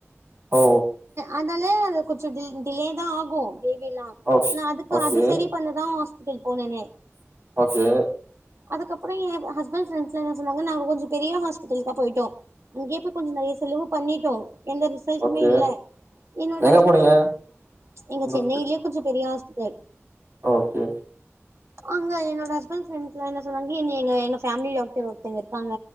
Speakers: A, on the right; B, on the right.
A: ஓ
B: அதனாலே அது கொஞச டி டிலேதா ஆகு பேபிலா
A: ஓ
B: நா அதுக்கு
A: ஓகே
B: அது செரி பண்ணதா போனேனே
A: ஓகே
B: அதுக்கப்றோ எ ஹஸ்ஃபண்ட் ஃபரெண்ஸ்லா சொன்னாங்க நாங்க கொஞ்சோ பெரிய ஹாஸ்பிட்டல்க்கா போய்ட்டோ அங்கேய் போய் கொஞ்சோ நெறைய செலவு பண்ணிட்டோ எந்த ரிசல்ட்டுமே
A: ஓகே
B: இல்ல என்னட
A: எங்க
B: ஹஸ்பண்ட்
A: போனீங்க
B: எங்க
A: இந்த ஹாஸ்பிட்டல்
B: சென்னையிலயே கொஞ்ச பெரிய ஹா ஸ்பிட்டல்
A: ஓகே
B: அங்க என்னோட ஹஸ்பண்ட் ஃபிரெண்ட் எல்லா என்ன சொன்னாங்க எங்க எங்க ஃபேமிலி டாக்டர் ஒருத்தங்க இருக்காங்க